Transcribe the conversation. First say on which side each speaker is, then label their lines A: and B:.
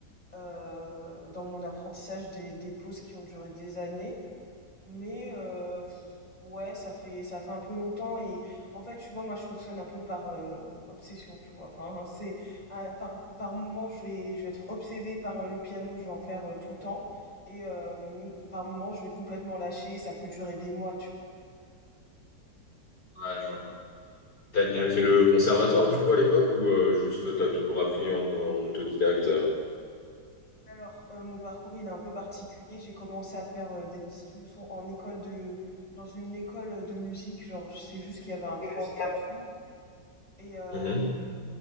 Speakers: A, on the left; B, on the left.
A: heu, dans mon apprentissage, des des pauses qui ont duré des années. Mais euh, ouais, ça fait ça fait un peu longtemps et en fait, tu vois, moi je fonctionne un peu par euh, obsession, tu vois. Enfin, c'est à- par par moment, je vais je vais être obsédée par euh, le piano, je vais en faire euh, tout le temps et euh, par moment, je vais complètement lâcher, ça peut durer des mois, tu vois.
B: ouais, je vois. T'a- T'avais fait le conservatoire, du coup, à l'époque, ou euh, juste t'as toujours appris en, en autodidacte? euh
A: Alors, euh, mon parcours, il est un peu particulier. J'ai commencé à faire euh, des petites leçons en école de dans une école de musique, genre je sais juste qu'il y avait un prof
B: jusqu'à-
A: et tout et euh,
B: Mhm.